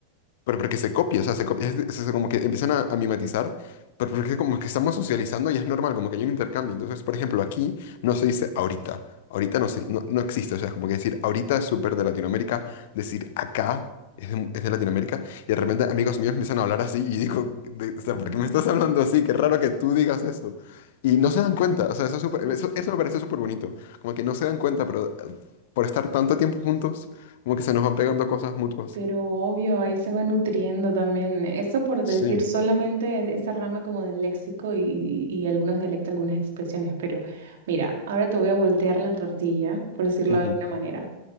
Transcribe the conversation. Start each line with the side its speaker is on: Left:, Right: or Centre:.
Left: pero porque se copia, o sea, se copia, es, es es como que empiezan a, a mimetizar, pero porque como que estamos socializando y es normal, como que hay un intercambio. Entonces, por ejemplo, aquí no se dice ahorita, ahorita no, se, no, no existe, o sea, es como que decir ahorita es súper de Latinoamérica, decir acá es de, es de Latinoamérica, y de repente amigos míos empiezan a hablar así y digo, de- o sea,
Right: Mm.
Left: ¿por qué me estás hablando así? Qué raro que tú digas eso. Y no se dan cuenta, o sea, eso, es súper-
Right: sí.
Left: eso, eso me parece súper bonito, como que no se dan cuenta, pero eh, por estar tanto tiempo juntos, como que se nos van pegando cosas mutuas.
Right: Pero obvio, ahí se va nutriendo también. Eso por
Left: Sí.
Right: decir solamente esa rama como del léxico y, y- y algunos dialectos, algunas expresiones. Pero mira, ahora te voy a voltear la tortilla, por decirlo
Left: Ujú.
Right: de alguna manera.